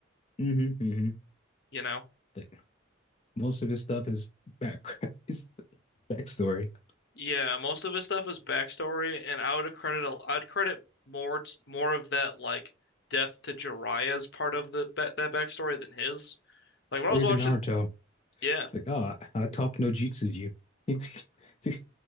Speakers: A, on the left; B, on the left.
A: hmm hmm
B: you know.
A: But most of his stuff is back <laughs> is backstory.
B: Yeah, most of his stuff is backstory, and I would credit a, I'd credit more t more of that like death to Jiraiya's part of the that, that backstory than his. Like when I
A: Or
B: was
A: even
B: watching,
A: Naruto.
B: yeah,
A: It's like, oh, I, I taught no jutsu you <laughs> to,